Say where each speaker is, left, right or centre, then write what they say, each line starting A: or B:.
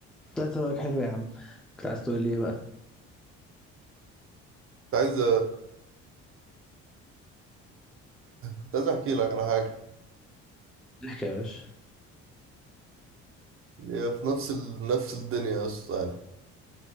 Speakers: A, in the centre; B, on the right.
A: طلعت رأيك حلو يا عم كنت عايز تقول لي ايه بقى
B: كنت عايز كنت عايز احكي لك على حاجه
A: احكي يا باشا
B: هي في نفس ال... نفس الدنيا يا اسطى يعني